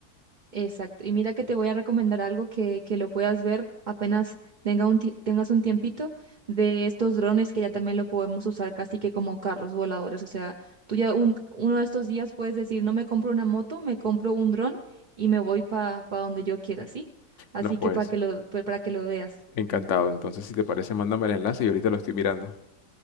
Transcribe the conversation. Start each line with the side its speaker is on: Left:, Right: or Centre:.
Right: Exacto. Y mira que te voy a recomendar algo que, que lo puedas ver apenas tenga un ti- tengas un tiempito de estos drones que ya también lo podemos usar casi que como carros voladores. O sea, tú ya un, uno de estos días puedes decir, no me compro una moto, me compro un dron y me voy para donde yo quiera, ¿sí? Así
Left: No, puede
Right: que para que lo, pa- para que lo veas.
Left: Encantado. Entonces, si te parece, mándame el enlace y ahorita lo estoy mirando.